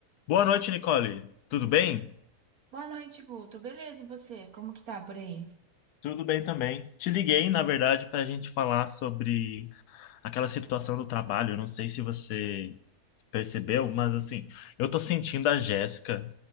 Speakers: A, on the left; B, on the right.
A: Boa noite, Nicole. Tudo bem?
B: Boa noite, Guto. Beleza, e você? Como que tá por aí?
A: Tudo bem também. Te liguei, na verdade, para a gente falar sobre aquela situação do trabalho. Eu não sei se você percebeu, mas assim, eu tô sentindo a Jéssica